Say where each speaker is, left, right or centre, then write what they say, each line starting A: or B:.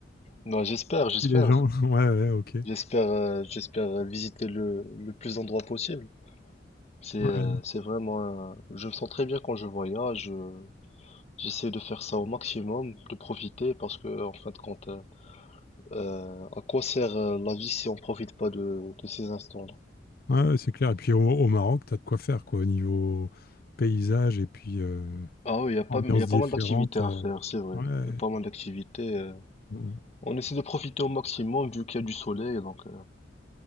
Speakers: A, on the left (about 35°); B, on the left (about 55°).
A: Non, j'espère, j'espère,
B: Si les gens, <laughs> ouais, ouais, ok.
A: j'espère, euh, j'espère visiter le, le plus d'endroits possible. C'est, euh,
B: Ouais,
A: c'est vraiment, un- je me sens très bien quand je voyage. euh, J'essaie de faire ça au maximum, de profiter, parce que en fin de compte, euh, euh, à quoi sert euh, la vie si on profite pas de, de ces instants-là?
B: ouais, ouais, c'est clair. Et puis au, au Maroc, t'as de quoi faire, quoi, au niveau paysage et puis euh,
A: Ah oui, il y a pas,
B: ambiance
A: il y a
B: différente.
A: pas mal d'activités à
B: euh,
A: faire, c'est vrai.
B: ouais,
A: Il y a pas mal d'activités. euh.
B: Mm.
A: On essaie de profiter au maximum vu qu'il y a du soleil, donc euh,